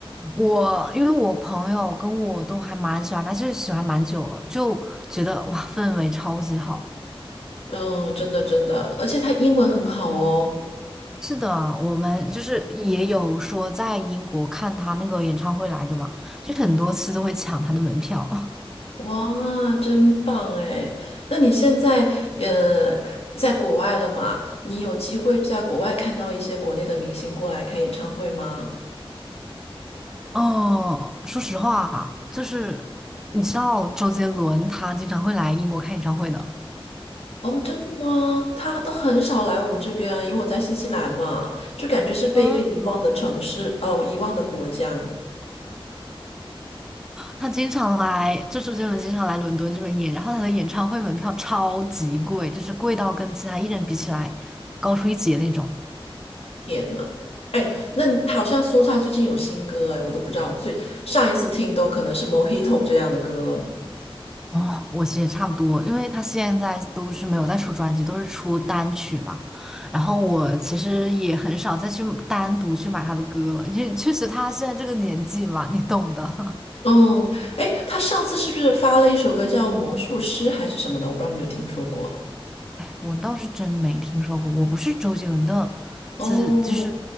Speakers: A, in the centre; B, on the left.
A: 我因为我朋友跟我都还蛮喜欢，他，就是喜欢蛮久了，就觉得哇，氛围超级好。
B: 嗯，真的真的，而且他英文很好哦。
A: 是的，我们就是也有说在英国看他那个演唱会来着嘛，就很多次都会抢他的门票。
B: 哇，真棒哎！那你现在呃在国外了嘛？你有机会在国外看到一些国内的明星过来开演唱会吗？
A: 哦，说实话，就是你知道周杰伦他经常会来英国开演唱会的，
B: 哦，真的吗？他都很少来我们这边啊，因为我在新西兰嘛，就感觉是被一个遗忘的城市，
A: 嗯，
B: 哦，遗忘的国家。
A: 他经常来，就周杰伦经常来伦敦这边演，然后他的演唱会门票超级贵，就是贵到跟其他艺人比起来高出一截那种。
B: 天呐，哎，那你好像说他最近有新歌哎，我都不知道，最上一次听都可能是《Mojito》这样的歌了。
A: 哦，我其实也差不多，因为他现在都是没有在出专辑，都是出单曲嘛。然后我其实也很少再去单独去买他的歌了，因为确实他现在这个年纪嘛，你懂的。<laughs>
B: 嗯，哎，他上次是不是发了一首歌叫《魔术师》还是什么的？我不知道有没有听说过。
A: 我倒是真没听说过，我不是周杰伦的资，
B: 哦
A: 就是